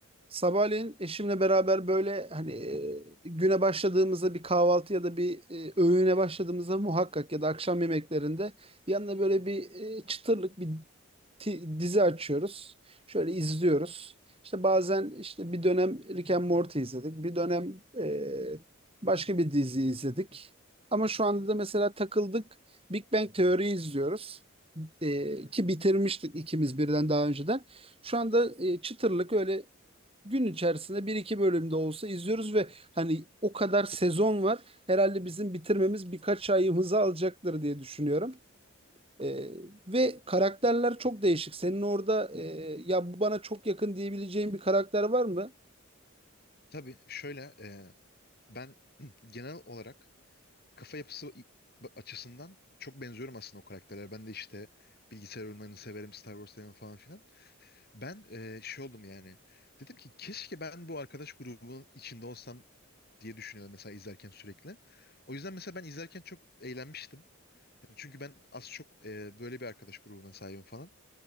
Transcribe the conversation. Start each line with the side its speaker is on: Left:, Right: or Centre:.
Right: Sabahleyin eşimle beraber böyle hani e, güne başladığımızda bir kahvaltı ya da bir e, öğüne başladığımızda muhakkak ya da akşam yemeklerinde yanına böyle bir e, çıtırlık bir ti- dizi açıyoruz. Şöyle izliyoruz. İşte bazen işte bir dönem Rick and Morty izledik. Bir dönem e, başka bir dizi izledik. Ama şu anda da mesela takıldık. Big Bang Theory izliyoruz. E, ki bitirmiştik ikimiz birden daha önceden. Şu anda e, çıtırlık öyle gün içerisinde bir iki bölümde olsa izliyoruz ve hani o kadar sezon var. Herhalde bizim bitirmemiz birkaç ayımızı alacaktır diye düşünüyorum. Ee, ve karakterler çok değişik. Senin orada e, ya bu bana çok yakın diyebileceğin bir karakter var mı?
Left: Tabii şöyle e, ben <clears throat> genel olarak kafa yapısı i- açısından çok benziyorum aslında o karakterlere. Ben de işte bilgisayar oyunlarını severim, Star Wars severim falan filan. Ben e, şey oldum yani. Dedim ki keşke ben bu arkadaş grubunun içinde olsam diye düşünüyorum mesela izlerken sürekli. O yüzden mesela ben izlerken çok eğlenmiştim. Hani Çünkü ben az çok e, böyle bir arkadaş grubuna sahibim falan.